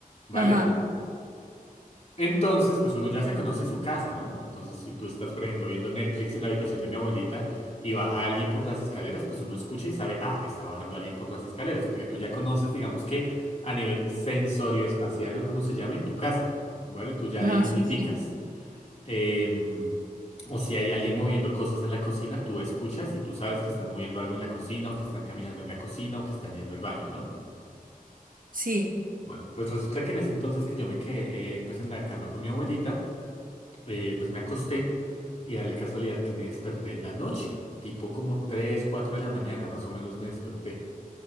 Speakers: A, on the left; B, on the right.
A: ¿vale?
B: Ajá,
A: Entonces, pues uno ya se conoce su casa, ¿no? Entonces, si tú estás, por ejemplo, viendo Netflix en la habitación de mi abuelita y baja alguien por las escaleras, pues uno escucha y sabe, ah, está bajando alguien por las escaleras, porque tú ya conoces, digamos que a nivel sensorio espacial o como se llame, tu casa, ¿vale? Tú ya
B: ajá,
A: identificas.
B: sí, sí.
A: em, o si hay alguien moviendo cosas en la cocina, tú escuchas y tú sabes que están moviendo algo en la cocina o que están caminando en la cocina o que están yendo al baño, ¿no?
B: Sí,
A: Bueno, pues resulta que en ese entonces que yo me quedé, eh, pues en la cama con mi abuelita eh, pues me acosté y da la casualidad que me desperté en la noche, tipo como 3 4 de la mañana, más o menos me desperté.